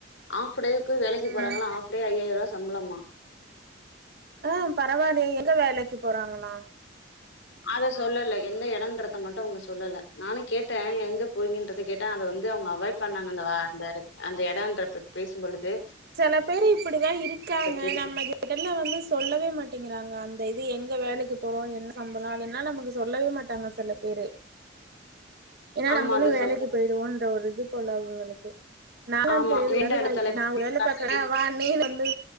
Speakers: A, on the left; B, on the right.
A: ஹாஃப் டேக்கு வேலைக்கு
B: ம்
A: போறாங்களா ஆஃப் டே ஐயாயிர்வார சம்ப்ளமா
B: ஆ பரவால்லயே எங்க வேலைக்கு போறாங்களா
A: அத சொல்லல எந்த எடோன்றத மட்டு அவுங்க சொல்லல நானு கேட்டே எங்க போறிங்கன்றதக் கேட்டா அத வந்து அவங்க அவாய்ட் பண்ணாங்க அந்த வார்த் அந்த எடோன்ற பேசும் பொழுது
B: செல பேரு இப்படிதா இருக்காங்க
A: கேட்டே
B: நம்ம என் கிட்டலா வந்து சொல்லவே மாட்டேங்குறாங்க அந்த இது எங்க வேலைக்கு போறோ என்ன சம்பளோ அது எல்லாம் நமக்கு சொல்லவே மாட்டாங்க சில பேரு ஏனா
A: ஆமா
B: நம்பளும்
A: அத
B: வேலைக்கு
A: சொல்ல
B: போய்டுவோன்ற ஒரு இது போல அவுங்களுக்கு நாலாம்
A: ஆமா
B: போ
A: மீண்டு
B: வருவாய்
A: அடுத்த அழைப்புல
B: நா
A: பேசலா
B: வேல பாக்க
A: தோழி
B: வா நீனு வந்து